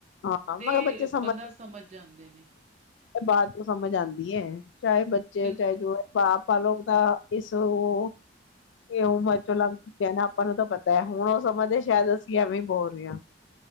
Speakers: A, on the left; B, on the right.
A: ਹਾਂ
B: ਤੇ
A: ਮਗਰ ਬੱਚੇ ਸਮਝ
B: ਬੰਦਾ ਜਾਂਦੇ ਨੇ
A: ਬਾਅਦ ਉਹ ਸਮਝ ਆਉਂਦੀ ਹੈ ਚਾਹੇ ਬੱਚੇ
B: ਬਿਲ
A: ਚਾਹੇ ਜੋ ਹੈ ਪਾ ਆਪਾਂ ਲੋਕ ਦਾ ਇਸ ਉਹ ਇਹ ਉਮਰ ਚੋਂ ਲੰਗ ਚੱਕਿਆ ਨਾ ਆਪਾਂ ਨੂੰ ਤਾਂ ਪਤਾ ਹੈ ਹੁਣ ਉਹ ਸਮਾਂ ਦੇ ਸ਼ਾਇਦ ਅਸੀਂ ਐਵੇਂ ਹੀ ਬੋਲ ਰਹੇ ਹਾਂ